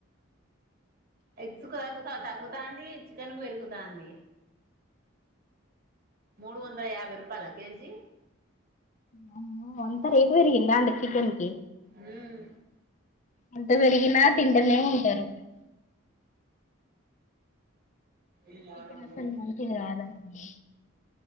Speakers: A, on the right; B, on the left.
A: ఎ చుకద గుసాతా గుతుంది చికెన్ పెరుగుతుంది మూడు వందల యాభై రూపాయల కేజీ
B: ఆ ఒంతర ఇవరి అండీ చికననికి
A: మ్మ్
B: ఎంత పెరిగినా తింటనే ఉంటారు
A: ఏరు
B: చికెన్
A: వందరు
B: అసలు మంచిది కాదండి